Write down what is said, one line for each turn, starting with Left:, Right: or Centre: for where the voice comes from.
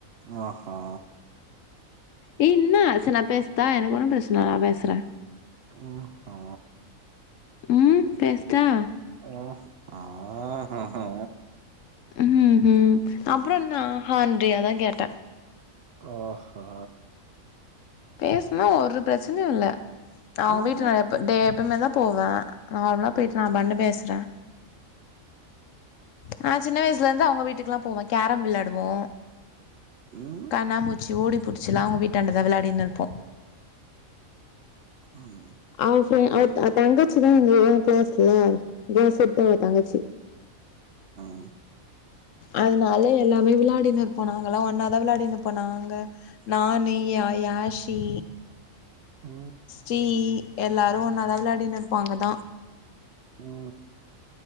Right: ஆஹா
Left: ஏ இன்ன செரி நா பேசடா எனக்கு ஒன்னு ப்ரச்சன இல்ல நா பேசுற
Right: ஒ ஹா
Left: ம் பேஸ்டா
Right: ஒ ஆஹஹா
Left: ம் ஹும் அப்றோ என்ன ஆஹன்றியே அதா கேட்ட
Right: ஆஹா
Left: பேசுனா ஒரு ப்ரச்சனயு இல்ல அவ
Right: ஆஹா
Left: வீட்டுல நா எப்ப டே எப்பவ்மே தா போவ நார்மலா போயிட்டு நா பண்ணு பேசுறே நா சின்ன வயசுலயிருந்து அவுங்க வீட்டுக்கேல்லா போவோ கேரம் வெளாடுவோ
Right: ம்
Left: கண்ணாமுச்சி ஓடி புடிச்செல்லா உங்க வீட்டாண்டத வெளாடின்னு இருப்போ
Right: ம்
Left: அவ ஃப்ரெண் அவ தங் தங்கச்சிதா ஏ க்ளாஸ்ல ஏ செட் அவ தங்கச்சி
Right: ஆஆ
Left: அதனால எல்லாமே விளாடினு இருப்போ நாங்கலா ஒன்னாதா விளாடினு இருப்போ நாங்க. நானு யாயாஷி.
Right: ம்
Left: ஸ்ரீ எல்லாரு ஒன்னாதா விளாடின்னு ருப்பாங்க தா.
Right: உம்